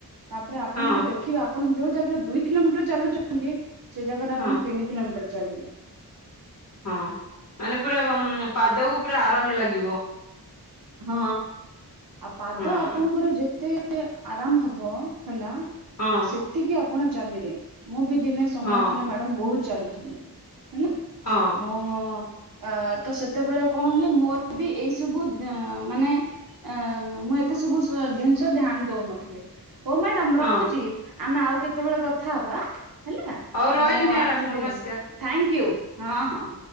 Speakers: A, on the right; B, on the left.
A: ତାପରେ ଆପଣଙ୍କୁ
B: ହଁ
A: ଦେଖ ଦେଖିବା ଆପଣ ଯୋଉ ଜାଗାରେ ଦୁଇ କିଲୋମିଟର ଚାଲୁଛନ୍ତି ସେ ଜାଗାରେ ଆପଣ
B: ହଁ
A: ତିନି କିଲୋମିଟର ଚାଲିବେ।
B: ହଁ ମାନେ ପୁରା ପାଦକୁ ପୁରା ଆରାମ ଲାଗିବ।
A: ହଁ ଆ ପାଦ
B: ହଁ
A: ଆପଣଙ୍କର ଯେତେ ଆରାମ ହବ ହେଲା।
B: ହଁ
A: ସେତିକି ଆପଣ ଚାଲିବେ ମୁଁ ବି ଦିନେ ସମୟ
B: ହଁ
A: ଥିଲା ମ୍ୟାଡମ ବହୁ ଚାଲୁଥିଲି ହେଲା।
B: ହଁ।
A: ମୁଁ ତ ସେତେବେଳେ କଣ ହୁଏ ମୋର ବି ଏଇ ସବୁ ମାନେ ଏଁ ମୁଁ ଏତେ ସବୁ ଜିନିଷ ଧ୍ୟାନ ଦଉନଥିଲି। ହଉ ମ୍ୟାଡାମ
B: ହଁ
A: ରଖୁଚି, ଆମେ ଆଉ କେତେବେଳେ କଥା ହବା ହେଲା।
B: ହଉ ରହିଲି
A: ମୁଁ
B: ମ୍ୟାଡାମ
A: ଆକଚୁଲି
B: ନମସ୍କାର।
A: ଥାଙ୍କ ୟୁ ହଁ, ହଁ, ହଁ।